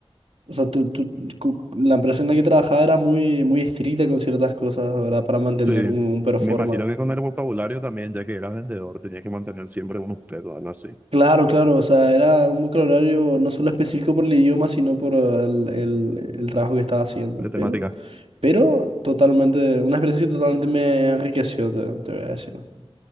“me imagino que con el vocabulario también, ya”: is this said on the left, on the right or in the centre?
Right